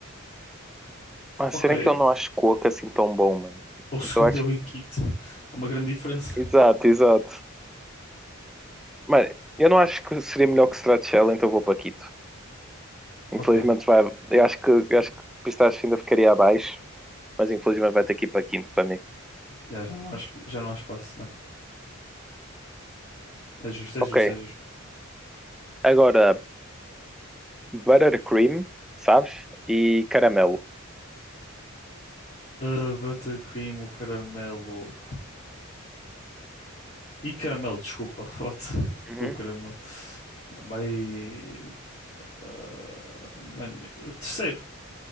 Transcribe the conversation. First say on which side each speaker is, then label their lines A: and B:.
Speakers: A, in the centre; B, on the left (about 35°).
A: Mas
B: Ok.
A: será que eu não acho Coco assim tão bom, mano?
B: O segundo
A: Então acho.
B: é o em quinto. É uma grande diferença.
A: Exato, exato. Mano, eu não acho que seria melhor que Stracciatella, então vou para quinto. Infelizmente
B: Ok.
A: vai. Eu acho que, eu acho que Pistache ainda ficaria abaixo, mas infelizmente vai ter que ir para quinto para mim.
B: Já, já não há, es- já não há espaço, né? É justo,
A: Ok.
B: é justo, é justo.
A: Agora, Buttercream, sabes? E Caramelo.
B: Ah, buttercream, o caramelo. E caramelo, desculpa. <laughs> What?
A: Uhum.
B: O caramelo. Vai. ah, man, o terceiro.